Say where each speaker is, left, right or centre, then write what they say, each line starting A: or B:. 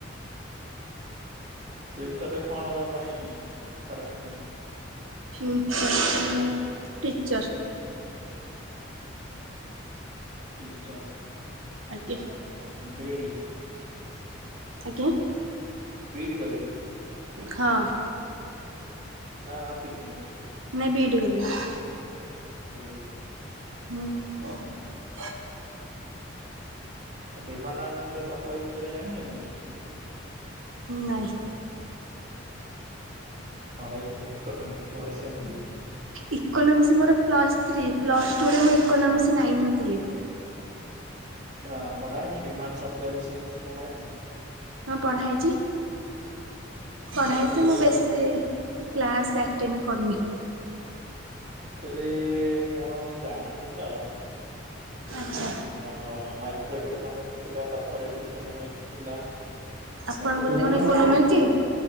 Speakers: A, on the right; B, on the right.
A: ଫ୍ୟୁଚରରେ କଣ ହବା ପାଇଁ ଆଶା ରଖିଛନ୍ତି?
B: ଫ୍ୟୁଚର ରେ ଟିଚର୍।
A: ଟିଚର।
B: ଆଜ୍ଞା
A: ବି ଇ ଡ଼ି।
B: ଆଜ୍ଞା।
A: ବିି ଇ ଡି କରିକି।
B: ହଁ।
A: ନାଁ ପି ଜି।
B: ନାଇ ବି ଇ ଡି କରୀକି।
A: B E D.
B: ହୁଁ।
A: ଡିମାଣ୍ଡ ଆଣ୍ଡ ସପ୍ଲାଏ ବିଷୟରେ ଜାଣିଛନ୍ତି କିଛି?
B: ନାଇ।
A: ଆପଣ ଭାଇ ଇକୋ ଇକୋନୋମିକ୍ସ ପଢ଼ିଛନ୍ତି।
B: ଇକୋନୋମିକ୍ସ ମୋର ପ୍ଲସ୍ ଥ୍ରୀ ପ୍ଲସ ଟୁରେ ମୁଁ ଇକୋନୋମିକ୍ସ ନେଇ ନଥିଲି।
A: ଆଚ୍ଛା ପଢାହେଇନି ଡିମାଣ୍ଡ ସପ୍ଲାଏ ବିଷୟରେ କିଛି ପଢା ହେଇନି।
B: ହଁ ପଢା ହେଇଛି
A: ମୁଁ
B: ପଢା
A: ପଚାରିଲି
B: ହେଇଛି ମୁଁ
A: ଯେ କହିଲି
B: ବେଶୀ କ୍ଲାସ ଆ ଟେଣ୍ଡ କରିନି।
A: ଆକ୍ଚୁଲି ମୁଁ ଜାଣିଛି ତ।
B: ଆଚ୍ଛା
A: ଆମର ମାଇକ୍ରୋ ଇକୋନୋମିକ୍ସ୍ ଥିଲା କର୍ପୋରେଟ ଇକୋନୋମିକ୍ସ ଥିଲା।
B: ଆପଣଙ୍କର
A: ଆକ୍ଚୁଆଲି
B: କଣ
A: ମୁଁ ନୟାଗଡ଼
B: ଇକୋନୋମି କି?